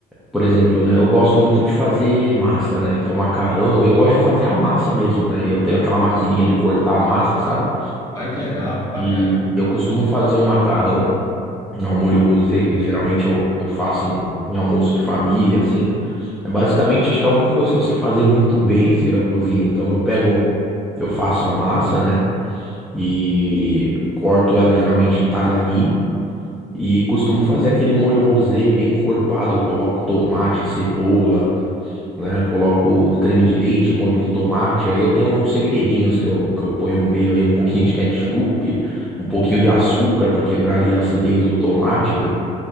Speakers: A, in the centre; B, on the left.
A: por exemplo, né? Eu gosto muito de fazer massa, né? Então, macarrão, e eu gosto de fazer a massa mesmo, né? E eu tenho aquela maquininha de cortar a massa, sabe?
B: olha que legal, que bacana.
A: E eu costumo fazer um macarrão ao molho rosé, que geralmente eu, eu faço em, em almoço de família, assim. É basicamente, acho que é a única coisa que eu sei fazer muito bem, assim, da cozinha. Então, eu pego, eu faço a massa, né? E corto ela geralmente em talharina E costumo fazer aquele molho rosé bem encorpado. Eu coloco tomate, cebola, né? Coloco creme de leite, molho de tomate. Aí eu tenho alguns segredinhos que eu, que eu ponho no meio aí, um pouquinho de ketchup, um pouquinho de açúcar para quebrar ali a acidez do tomate, né?